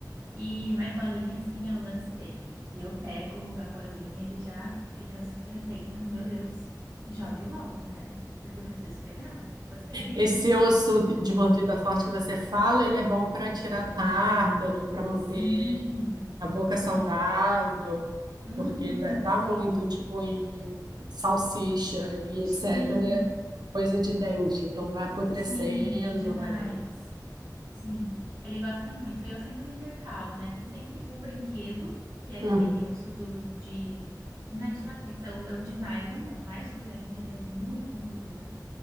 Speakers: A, on the right (about 40°); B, on the right (about 70°).
A: E mais bolinha, assim, é o lance dele. Se eu pego a bolinha, ele já fica super atento. Meu Deus, jogue logo, mulher, porque eu preciso pegar. Tipo assim.
B: Esse osso de mordida forte que você fala, ele é bom para tirar tártaro,
A: <laughs>
B: para manter
A: Sim,
B: a boca
A: sim.
B: saudável,
A: Uhum,
B: porque dá dá
A: sim.
B: muito, tipo, em salsicha e etc.
A: Sim,
B: Coisa de dente. Então vai apodrecendo,
A: sim, demais.
B: vai dando.
A: Sim, ele gosta muito. E eu sempre intercalo, né? Tem sempre o brinquedo, que é aquele
B: Uhum.
A: osso duro de. Não é de látex, é o, é o de nylon, é o mais duro ainda, ele é muito, muito duro.